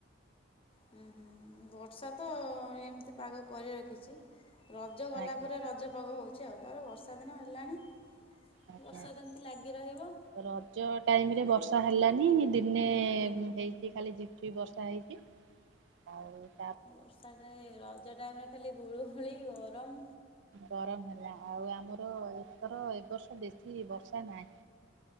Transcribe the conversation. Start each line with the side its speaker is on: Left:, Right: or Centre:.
Left: ହୁଁ ହୁଁ ବର୍ଷା ତ ଏମିତି ପାଗ କରି ରଖିଛି ରଜ ଗଲା
Right: ଆଜ୍ଞା
Left: ପରେ ରଜ ରଜପାଗ ହଉଛି ଆଉ ତାପରେ ବର୍ଷା ଦିନ ହେଲାଣି
Right: ଆଜ୍ଞା
Left: ବର୍ଷା ଏମିତି ଲାଗି ରହିବ।
Right: ରଜ ଟାଇମ ରେ ବର୍ଷା ହେଲାନି ଦିନେ ହେଇଛି ଖାଲି ଝିପ ଝିପ୍ ବର୍ଷା ହେଇଛି। <unintelligible> ହଉ।
Left: ବର୍ଷା ଟା ରଜ ଟାଇମେ ଖାଲି ଗୁଳୁଗୁଳି ଗରମ।
Right: ଗରମ ହେଲା ଆଉ ଆମର ଏଥର ଏବର୍ଷ ବେଶୀ ବର୍ଷା ନାହିଁ।